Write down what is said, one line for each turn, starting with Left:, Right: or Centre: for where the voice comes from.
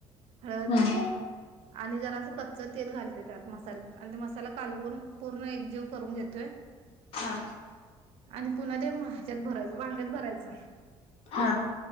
Right: हळद
Left: हम्म
Right: आणि जरास कच्च तेल घालतोय त्यात मसाल्यात आणि ते मसाला कालवून पूर्ण एकजीव करून घेतोय.
Left: हा
Right: आणि पुन्हा ते ह्याच्यात भरायच वांग्यात भरायच
Left: हा